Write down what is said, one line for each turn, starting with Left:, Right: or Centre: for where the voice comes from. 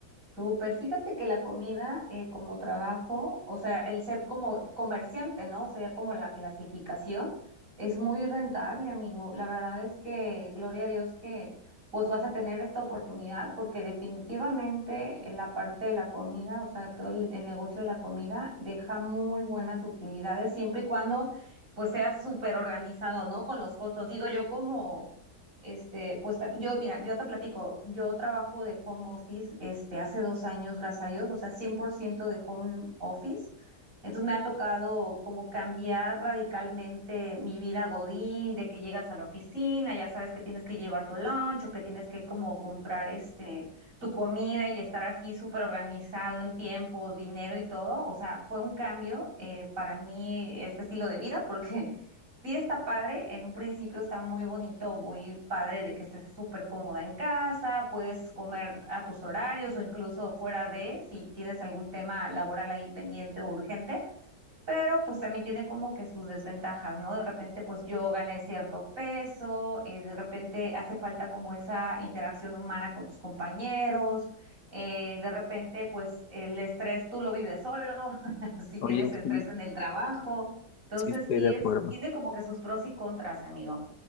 Right: Súper, fíjate que la comida eh, como trabajo, o sea, el ser como comerciante, ¿no? Sería como la clasificación, es muy rentable, amigo. La verdad es que, gloria a Dios que pues vas a tener esta oportunidad porque definitivamente en la parte de la comida, o sea, todo el el negocio de la comida deja muy buenas utilidades siempre y cuando pues seas súper organizado, ¿no? Con los costos. Digo, yo como Este, pues ta- yo, mira, yo te platico, yo trabajo de home office, este, hace dos años, gracias a Dios, o sea, 100% de home office. Entonces me ha tocado como cambiar radicalmente mi vida godín, de que llegas a la oficina, ya sabes que tienes que llevar tu lunch o que tienes que como comprar este, tu comida y estar así súper organizado en tiempo, dinero y todo. O sea, fue un cambio eh, para mí este estilo de vida porque Sí está padre, en un principio está muy bonito, muy padre de que estés súper cómoda en casa, puedes comer a tus horarios o incluso fuera de, si tienes algún tema laboral ahí pendiente o urgente, pero pues también tiene como que sus desventajas, ¿no? De repente pues yo gané cierto peso, eh, de repente hace falta como esa interacción humana con tus compañeros, eh, de repente pues el estrés tú lo vives solo, <laughs> si
Left: Oye,
Right: tienes estrés
Left: sí,
Right: en el trabajo. Entonces
Left: sí estoy
Right: sí
Left: de acuerdo.
Right: es, tiene como que sus pros y contras, amigo.